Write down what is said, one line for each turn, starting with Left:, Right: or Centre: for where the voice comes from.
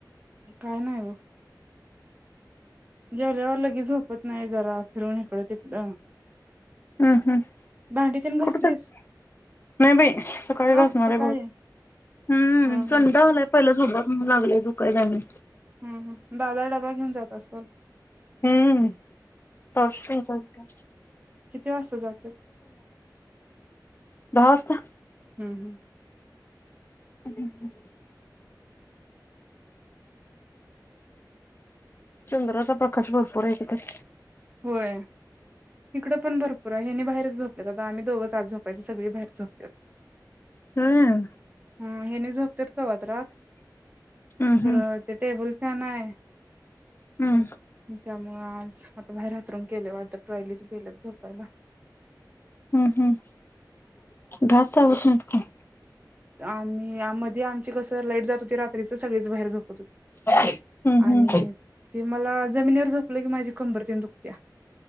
Right: काय नाही ओ जेवल्यावर लगेच झोपत नाही जरा फिरून इकडं तिकडं
Left: हूं हूं
Right: भांडी तेन
Left: कुठ
Right: घासलीस
Left: चाली नाही बाई सकाळी
Right: हा
Left: घासणार
Right: सकाळी
Left: आहे बर हूं
Right: हम्म
Left: कंटाळा
Right: हम्म
Left: आलाय पहिलाच <unintelligible> लागलेय दुखायला बी
Right: हूं हूं दादा डबा घेऊन जात असाल
Left: हूं हूं कॉसूम सारखा
Right: किती वाजता जातत्यात
Left: दहा वाजता
Right: हूं हूं
Left: <inaudible> चंद्राचा प्रकाश भरपूर आहे तिथे
Right: होय इकड पण भरपूर आहे हेनी बाहेर झोपल्या का काय, आम्ही दोघंच आत झोपायच सगळी बाहेर झोपत्यात.
Left: हां
Right: हा हेनी झोपत्यात कवा तर राहत
Left: हम्म
Right: खरं
Left: हम्म
Right: ते टेबल त्यो नाय
Left: हम्म
Right: त्यामुळे आज आता बाहेर हातरून केलंय वाटत. ट्रॉलीच गेल्यात झोपायला.
Left: हम्म हम्म डास चावत नाहीत का?
Right: आमी आम मधी आमची कस लाईट जात होती रात्रीच सगळेच बाहेर झोपत होतो.
Left: हम्म
Right: आणि
Left: हम्म
Right: ते मला जमिनीवर झोपलं की माझी कंबर तेन दुकतीया.